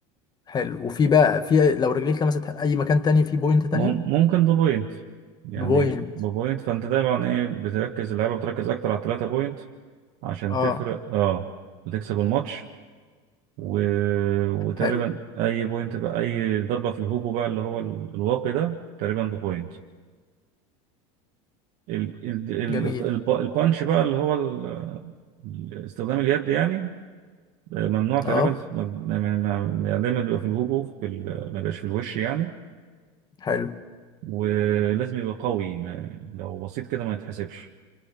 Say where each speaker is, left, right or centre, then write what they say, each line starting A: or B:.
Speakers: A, on the left; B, on the right.
A: حلو وفي بقى في لو رجليك لمست اي مكان تاني في بوينت تانية
B: مم- ممكن ببوينت يعني
A: بوينت
B: ببوينت فانت دايما ايه بتركز اللعيبه بتركز اكتر على الثلاثه بوينت عشان
A: اه
B: تفرق اه وتكسب الماتش و... وتقريبا
A: حلو
B: اي بوينت بقى اي ضربه في الهوجو بقى اللي هو ال- الواقي ده تقريبا ببوينت ال... ال...
A: جميل
B: ال... الب- البانش بقى اللي هو ال... ال- استخدام اليد يعني آه، ممنوع تقريبا
A: اه
B: في- ما- ما- ما- ما- يعني دايما بيبقى في الهوجو في ال... ما بيبقاش في الوش يعني
A: حلو
B: ولازم يبقى قوي ما... لو بسيط كده ما يتحسبش